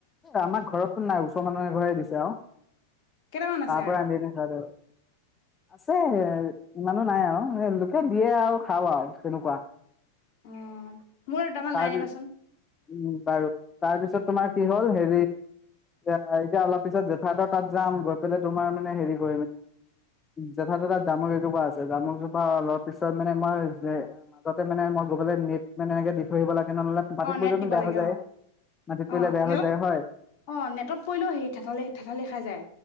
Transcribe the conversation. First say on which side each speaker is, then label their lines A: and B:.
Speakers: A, on the left; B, on the left.
A: আমাক ঘৰতো নাই ওচৰ মানুহে ঘৰেই দিছে আৰু
B: কেইটামান আছে
A: তাপৰা
B: আৰু
A: আ দি ন চাৰ আছে ইমানো নাই আৰু এ লোকে দিয়ে আৰু খাও আৰু তেনেকুৱা
B: অ মোৰ তামান
A: তাৰ
B: লাই আনিবাচোন
A: উম বাৰু তাৰপিছত তোমাৰ কি হল হেৰি এ এতিয়া অলপ পিছত জেঠাৰ্থ তাত যাম গৈ পেলাই তোমাৰ মানে হেৰি কৰিম জেঠাৰ্থ তাত জামুক এজোপা আছে জামুক এজোপা অলপ পিছত মানে মই যাতে মে মই গগলে নে মানে এনেকে দি ধৰিব লাগে <unintelligible> নলে মাটিত
B: অ
A: পৰিৰিলেতো
B: নেট দিব
A: বেয়া
B: লাগে
A: হৈ যায়
B: অ
A: মাটিত পৰিলে
B: অ
A: বেয়া
B: নেটত
A: হৈ যায় হয়
B: অ নেটত পৰিলেও হেৰি ঠেঠালি ঠেঠালি খাই যায়